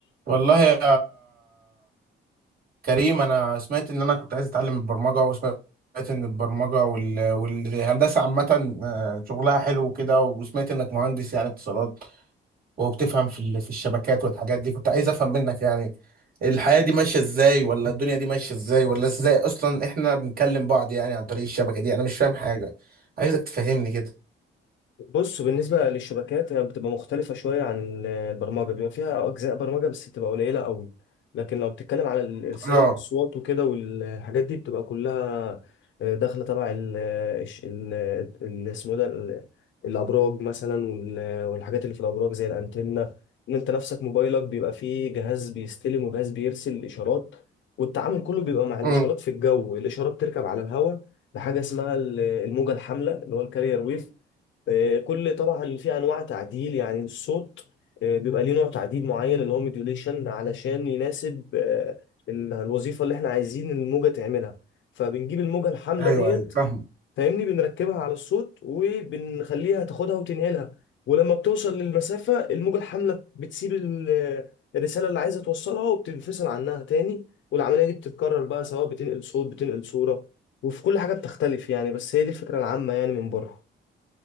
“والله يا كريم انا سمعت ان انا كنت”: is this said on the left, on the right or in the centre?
Right